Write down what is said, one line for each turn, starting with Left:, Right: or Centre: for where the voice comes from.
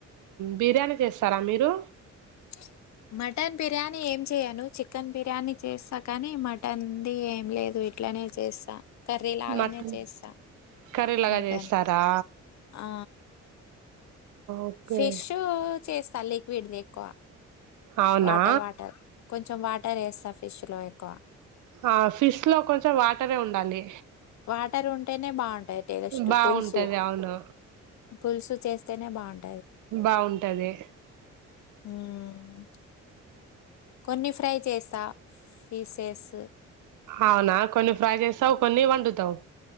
Right: బిర్యాని చేస్తరా మీరూ.
Left: <inaudible> మటన్ బిర్యానీ ఏం చేయను చికెన్ బిర్యానీ చేస్త కానీ మటన్ ది ఏం లేదు ఇ ఇట్లనే చేస్తా కర్రీ లాగనే
Right: మటన్
Left: చేస్తా.
Right: కర్రీలాగా
Left: మటన్
Right: చేస్తారా
Left: ఆ
Right: ఓకే
Left: ఫిషూ చేస్తా లిక్విడ్ది ఎక్కువ.
Right: అవునా
Left: వాటర్ వాటర్ కొంచెం వాటర్ ఏస్తా ఫిష్ లో ఎక్కువ.
Right: హా ఫిష్ లో కొంచెం వాటరే ఉండాలి.
Left: వాటర్ ఉంటేనే బావుంటది టేస్టు
Right: బాగుంటది
Left: పుల్సు
Right: అవును
Left: పుల్సు చేస్తేనే బాన్.
Right: బావుంటది.
Left: మ్మ్ కొన్ని ఫ్రై చేస్తా. పీసెస్
Right: అవునా కొన్ని ఫ్రై చేస్తావ్ కొన్ని వండుతవ్.